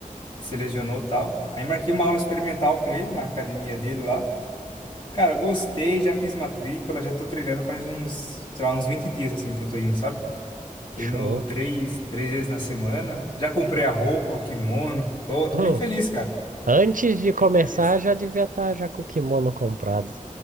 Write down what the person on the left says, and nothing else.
que se lesionou e tal. Aí marquei uma aula experimental com ele na academia dele lá. Cara, gostei, já fiz matrícula, já tô treinando faz uns, sei lá, uns 20 dias assim que eu tô indo, sabe? Treino
três, três vezes na semana. Já comprei a roupa, o kimono. Tô, tô
bem feliz, cara.
Bem
feliz.